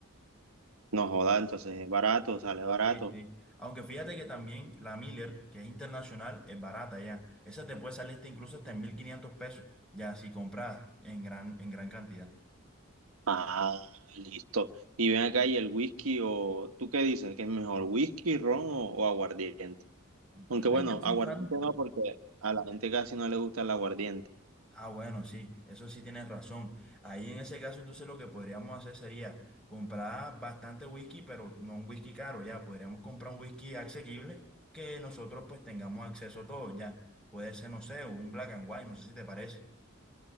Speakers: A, on the right; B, in the centre.
A: No joda, entonces es barato, sale barato.
B: Sí, sí. Aunque fíjate que también la Miller, que es internacional, es barata ya. Esa te puede salir hasta incluso hasta en 1500 pesos, ya si compras en gran, en gran cantidad.
A: Ah, listo. Y ven acá, ¿y el whisky o tú qué dices? ¿Qué es mejor? ¿Whisky, ron o, o aguardiente? Aunque
B: Tú sabes
A: bueno,
B: que yo soy
A: aguardiente
B: fan,
A: no, porque a la gente casi no le gusta el aguardiente.
B: Ah, bueno, sí, eso sí tienes razón. Ahí en ese caso, entonces lo que podríamos hacer sería comprar bastante whisky, pero no un whisky caro, ya. Podríamos comprar un whisky asequible que nosotros pues tengamos acceso a todo, ya. Puede ser, no sé, un black and white, no sé si te parece.